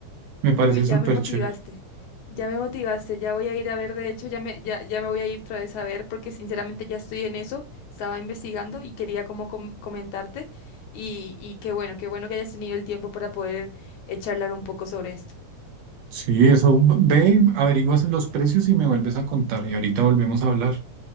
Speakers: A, on the right (about 70°); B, on the left (about 75°).
A: Me parece
B: Uy, ya
A: súper
B: me motivaste.
A: chévere.
B: Ya me motivaste, ya voy a ir a ver, de hecho, ya me, ya, ya me voy a ir otra vez a ver porque sinceramente ya estoy en eso, estaba investigando y quería como com- comentarte y, y qué bueno, qué bueno que hayas tenido el tiempo para poder eh, charlar un poco sobre esto.
A: Sí, eso ve, averiguas los precios y me vuelves a contar. Y ahorita volvemos a hablar.